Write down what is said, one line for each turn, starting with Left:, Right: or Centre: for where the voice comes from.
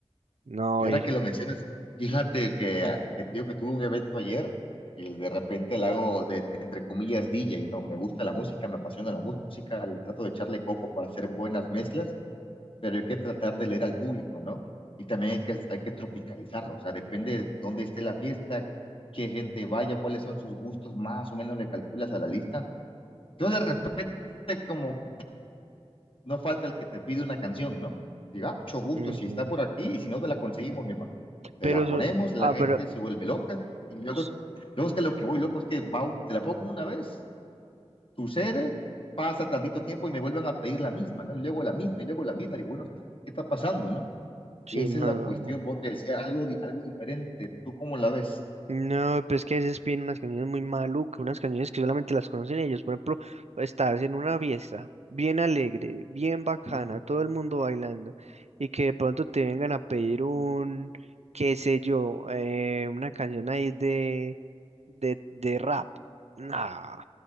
Right: no,
Left: Y ahora
Right: y,
Left: que lo mencionas, fíjate que, ah, que tío que tuve un evento ayer y de repente la hago de, entre comillas, DJ, ¿no? Me gusta la música, me apasiona la música, le trato de echarle coco para hacer buenas mezclas pero hay que tratar de leer al público, ¿no? Y también hay que, hay que tropicalizarlo, o sea, depende de dónde esté la fiesta, qué gente vaya, cuáles son sus gustos, más o menos le calculas a la lista. Entonces, de repente, como no falta el que te pide una canción, ¿no? Diga, mucho gusto
Right: ujú.
Left: si está por aquí y si no te la conseguimos, mi hermano. Te
Right: Pero,
Left: la
Right: eso-
Left: ponemos, la
Right: ah,
Left: gente
Right: pero,
Left: se vuelve loca y luego,
Right: s-
Left: luego es que lo que voy loco es que va, te la pongo una vez, sucede, pasa tantito tiempo y me vuelven a pedir la misma, ¿no? Y luego la misma y luego la misma. Digo, bueno, ¿tú ¿qué está pasando, no?
Right: sí,
Left: Esa
Right: no,
Left: es la cuestión.
Right: no.
Left: Vos te decía algo, di- algo diferente. ¿Tú cómo la ves?
Right: No, pero es que a veces piden unas canciones muy malucas, unas canciones que solamente las conocen ellos. Por ejemplo, estás en una fiesta bien alegre, bien bacana,
Left: Ujú. <laughs>
Right: todo el mundo bailando, y que de pronto te vengan a pedir un, qué sé yo, eh, una canción ahí de, de, de rap. Nah,